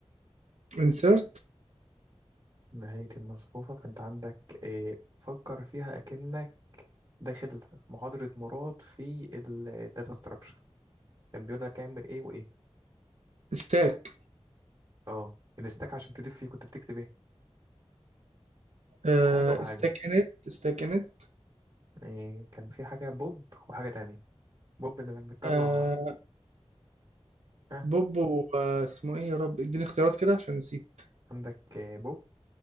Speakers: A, on the right; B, on the right.
A: insert
B: نهاية المصفوفة فأنت عندك إيه فكر فيها أكنك داخل محاضرة مراد في الداتا ستراكشر كان بيقول لك اعمل إيه وإيه
A: stack
B: أه الستاك عشان تضيف فيه كنت بتكتب إيه
A: آه
B: حاجة وحاجة
A: stack init stack init
B: إيه كان في حاجة بوب وحاجة تانية بوب اللي إنك بتطلع
A: آه
B: ها
A: بوبو آه اسمه ايه يا رب اديني اختيارات كده عشان نسيت
B: عندك إيه بوب